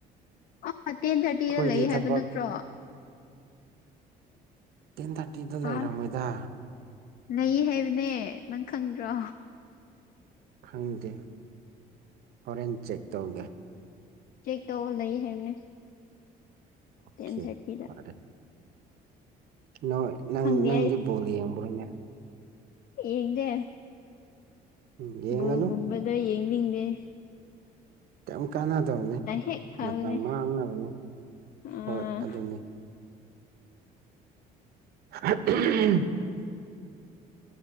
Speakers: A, on the left (about 55°); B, on the right (about 65°).
A: ꯑꯥ ꯇꯦꯟ ꯊꯥꯔꯇꯤꯗ
B: ꯑꯩꯈꯣꯏꯗꯤ
A: ꯂꯩ ꯍꯥꯏꯕ
B: ꯊꯕꯛ
A: ꯅꯠꯇ꯭ꯔꯣ
B: ꯇꯦꯟ ꯊꯥꯔꯇꯤꯗ ꯂꯩꯔꯝꯃꯣꯏꯗ
A: ꯑꯥ ꯂꯩ ꯍꯥꯏꯕꯅꯦ ꯅꯪ ꯈꯪꯗ꯭ꯔꯣ
B: ꯈꯪꯗꯦ ꯍꯣꯔꯦꯟ ꯆꯦꯛ ꯇꯧꯒꯦ
A: ꯆꯦꯛꯦꯛ ꯇ ꯂꯩꯏ ꯍꯥꯏꯦꯅꯦ
B: ꯑꯣꯀꯦ
A: ꯇꯦꯟ ꯊꯔꯇꯤꯗ
B: ꯐꯔꯦ ꯅꯣꯏ ꯅꯪ
A: ꯈꯪꯗꯦ
B: ꯅꯪꯗꯤ ꯕꯣꯜ ꯌꯦꯡꯕ꯭ꯔꯣꯅꯦ
A: ꯌꯦꯗꯦ
B: ꯎꯝ ꯌꯦꯡꯒꯅꯨ
A: ꯒꯝꯕꯗ ꯌꯦꯡꯅꯤꯦ
B: ꯈꯤ ꯀꯥꯟꯅꯗꯕꯅꯤ
A: ꯍꯦꯛ ꯐꯕꯅꯦ
B: ꯃꯇꯝ ꯃꯥꯡꯅꯕꯅꯤ
A: ꯑꯥ
B: ꯍꯣꯏ ꯑꯗꯨꯅꯤ <unintelligible>
A: ꯎꯝ